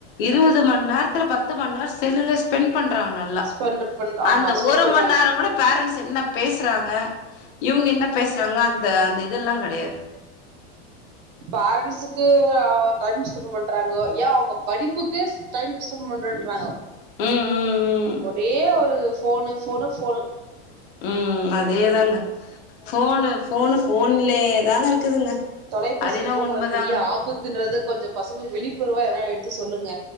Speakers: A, on the left; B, on the right.
A: இருவது மண்நேரத்துல பத்து மண்நேரம் செல்லுலே ஸ்பெண்ட் பண்றாங்க நல்லா
B: ஸ்பெண்ட் பண் ஆமா
A: அந்த
B: ஸ்பெண்ட்
A: ஒரு
B: பண்றாங்க
A: மண்நேரங்கூட பேரண்ட்ஸ் என்ன பேசுறாங்க இவுங்க என்ன பேசுறாங்க அந்த அந்த இதெல்லா கெடையாது
B: பேரண்ட்ஸுக்கு அ டைம் ஸ்பெண்ட் பண்றாங்கோ யா அவுங்க படிப்புக்கே டைம் ஸ்பெண்ட் பண்றேன்றாங்கோ
A: ம் ம்
B: ஒரே ஒரு ஃபோனு ஃபோனு ஃபோனு
A: ம்ம் அதேதாங்க ஃபோனு ஃபோனு ஃபோன்லே தாங்க இருக்குதுங்க
B: தொலைபேசி
A: அது என்னவோ
B: மிகவு
A: உண்மதாங்க
B: வெ பெரிய ஆபத்துன்றத கொஞ்சோ பசங்களுக்கு விழிப்புணர்வா எல்லா எடுத்து சொல்லுங்க